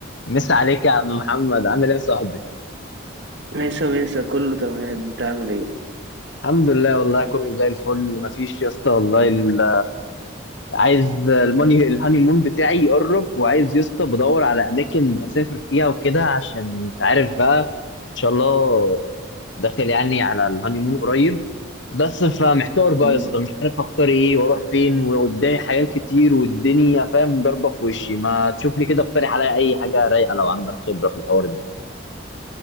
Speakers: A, on the left; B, on the right.
A: مسا عليك يا عم محمد عامل ايه يا صاحبي
B: ماشي ماشي كله تمام انت عامل ايه
A: الحمد لله والله كله زي الفل مفيش يا اسطى والله ال- عايز الماني الهاني مون بتاعي يقرب وعايز يا اسطى بدور على اماكن اسافر فيها وكده عشان انت عارف بقى ان شاء الله داخل يعني على الهاني مون قريب بس فمحتار بقى
B: مم.
A: يا اسطى مش عارف اختار ايه واروح فين وقدامي حاجات كتير والدنيا فاهم ضربه في وشي ما تشوف لي كده اقترح عليا اي حاجه رايقه لو عندك خبره في الحوار ده